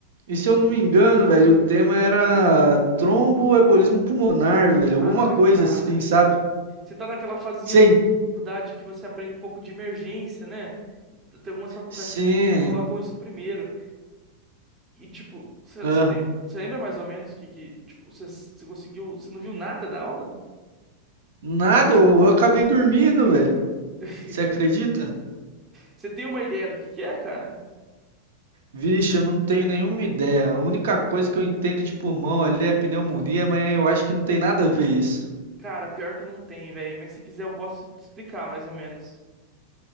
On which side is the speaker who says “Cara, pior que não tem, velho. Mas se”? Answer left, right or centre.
Right